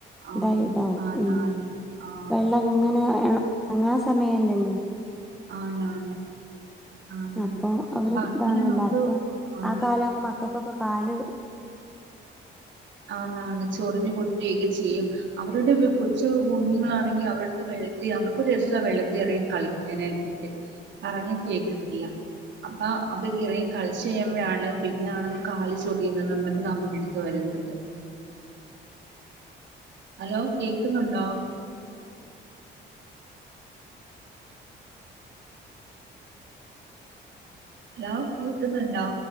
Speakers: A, on the right; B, in the centre.
A: ആണ്
B: ഇതായി ഇതാവും
A: ആണാണ്
B: മം
A: ആ
B: വെള്ളങ്ങനെ ഇറങ്ങാൻ സമയമല്ലല്ലോ?
A: ആണ് ആണ് ആണ്
B: അപ്പൊ അവര്
A: അപ്പൊ അങ്ങനെ
B: താണ്
A: നമുക്ക്
B: എല്ലാർക്കും
A: ആണ്
B: ആ കാലാവുമ്പോ മക്കക്കൊക്കെ കാല്
A: ആണാണ് ചൊറിഞ്ഞ് പൊട്ടിയൊക്കെ ചെയ്യും അവരുടെ കൊച്ച് കുഞ്ഞുങ്ങളാണെങ്കിൽ അവരുട്ത്ത് വെള്ളത്തി അവർക്കൊരു രസാ വെള്ളത്തില് എറങ്ങി കളിക്ക ങ്ങനാക്കിട്ട് പറഞ്ഞ കേക്കത്തില്ല അപ്പാ അവര് ഇറങ്ങി കളിച് കഴിയ്യുമ്പഴാണ് പിന്നാണ് കാല് ചൊറിയുന്നെന്നു പറഞ്ഞ് നമ്മുക്കടുത്ത് വരുന്നത്. <inaudible> ഹലോ കേൾക്കുന്നുണ്ടോ? ഹലോ കേൾക്കുന്നുണ്ടോ?